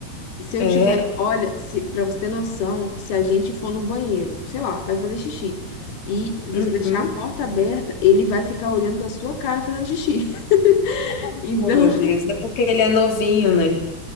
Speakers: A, on the left; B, on the left.
A: Se eu
B: É.
A: tiver, olha, se, para você ter noção, se a gente for no banheiro, sei lá, vai fazer xixi e você
B: Uhum.
A: deixar a porta aberta, ele vai ficar olhando para sua cara fazendo xixi. <laughs> Então,
B: Oh, meu Deus, é porque ele é novinho, né?